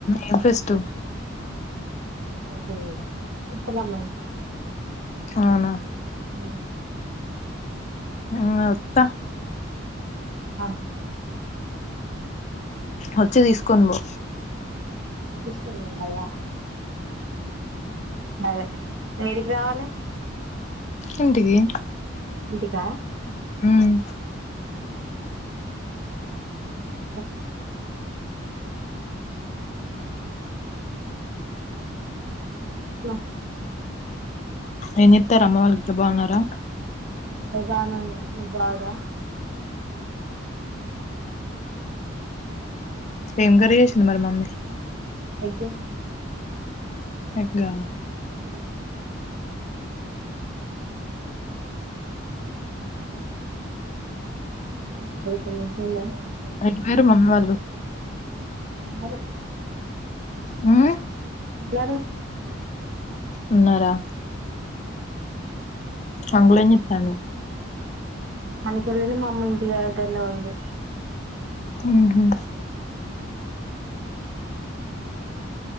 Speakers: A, on the left (about 35°); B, on the right (about 70°).
A: ఎం ఫేస్ట్
B: అబ్బో ఇప్పుడు రమ్మ
A: అవునా
B: అవు
A: ఉ ఒత్తా
B: ఆా
A: వచ్చి
B: అదే
A: తీసుకును పోో
B: తీసుకొని పోవాలా సరే ఎడికి రావాలి
A: ఇంటికి
B: ఇంటికా
A: మ్మ్
B: అా అందరు
A: ఎం చె చెార అమ్మ వాళ్ళు ఇట్లా బాగున్నారా
B: అందరు బానే ఉన్నారు మీరు బాగున్నారా మ్మ్
A: ఏమ్ కర్రీ చేసింది మరి మమ్మీ?
B: ఎగ్గ్
A: ఎగ్గా
B: మ్మ్ <unintelligible>
A: ఎటు పోయిర్రు మమ్మీ వాళ్ళు?
B: ఉన్నరు
A: మ్మ్
B: ఉండారు
A: ఉన్నరా అంకులేం చేస్తాండు?
B: మనీషోళ్ళ ఇల్లు మా అమ్మ ఇంటి దగ్గరనే ఉంది.
A: హ్మ్ హు